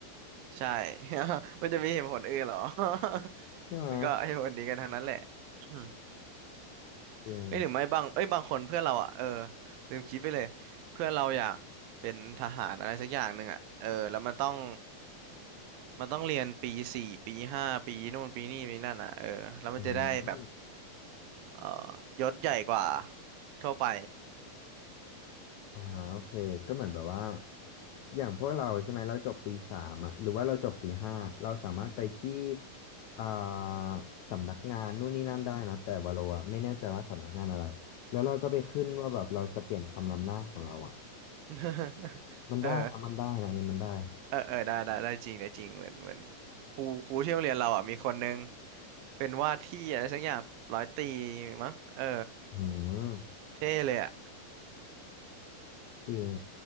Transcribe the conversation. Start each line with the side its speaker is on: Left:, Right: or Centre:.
Right: ใช่ <laughs> มันจะมีเหตุผลอื่นเหรอ <laughs>
Left: ใช่ไหม
Right: มันก็ไอ้ผลนี้กันทั้งนั้นแหละ <coughs>
Left: จริง
Right: เอ้ยหรือไม่บางเอ้ยบางคนเพื่อนเราอ่ะเออลืมคิดไปเลยเพื่อนเราอยากเป็นทหารอะไรสักอย่างหนึ่งอ่ะเออแล้วมันต้องมันต้องเรียนปีสี่ปีห้าปีนู่นปีนี่ปีนั่นอ่ะเออแล้วมันจะได้แบบ
Left: อืม
Right: เออยศใหญ่กว่าทั่วไป
Left: อ่าโอเคก็เหมือนแบบว่าอย่างพวกเราใช่ไหมเราจบปีสามอะหรือว่าเราจบปีห้าเราสามารถไปที่อ่าสำนักงานนู่นนี่นั่นได้นะแต่ว่าเราอะไม่แน่ใจว่าสำนักงานอะไรแล้วเราก็ไปขึ้นว่าแบบเราจะเปลี่ยนคำนำหน้าของเราอะ
Right: <laughs>
Left: มันได้อะมันได้นะอันนี้มันได้อะ
Right: เออเออเออได้ได้ได้จริงได้จริงเหมือนเหมือนครูครูที่โรงเรียนเราอ่ะมีคนนึงเป็นว่าที่อะไรสักอย่างร้อยตรีมั้งเออ
Left: อืม
Right: เท่เลยอ่ะ
Left: จริง